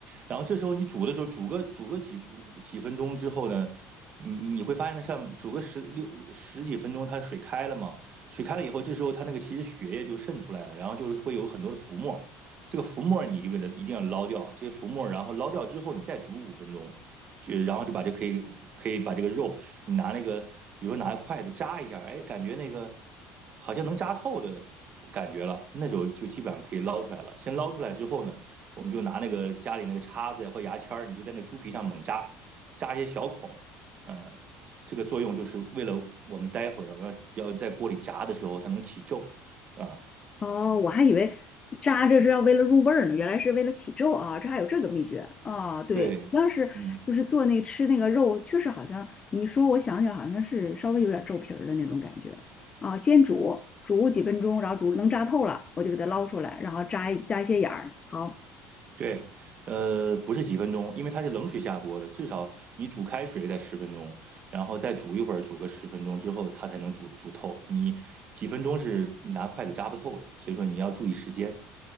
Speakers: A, on the right; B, on the left.
A: 然后这时候你煮的时候，煮个煮个几几分钟之后呢，你你会发现它上煮个十六十几分钟，它水开了嘛，水开了以后，这时候它那个其实血液就渗出来了，然后就是会有很多的浮沫，这个浮沫你就给它一定要捞掉，这些浮沫，然后捞掉之后，你再煮五分钟。就然后就把这可以可以把这个肉，你拿那个，比如说拿筷子扎一下，哎，感觉那个好像能扎透的感觉了，那时候就基本上可以捞出来了。先捞出来之后呢，我们就拿那个家里那个叉子呀或牙签儿，你就在那个猪皮上猛扎，扎一些小孔，呃，这个作用就是为了我们待会儿要要在锅里炸的时候它能起皱啊。
B: 哦，我还以为扎着是要为了入味儿呢，原来是为了起皱啊，这还有这个秘诀啊。对，
A: 对，
B: 要是就是做那个吃那个肉，
A: 嗯，
B: 确实好像你一说，我想起来好像是稍微有点皱皮儿的那种感觉啊。先煮煮几分钟，然后煮能扎透了，我就给它捞出来，然后扎一扎一些眼儿。好，
A: 对，呃，不是几分钟，因为它是冷水下锅的，至少你煮开水得十分钟，然后再煮一会儿，煮个十分钟之后它才能煮煮透。你几分钟是你拿筷子扎不透的，所以说你要注意时间。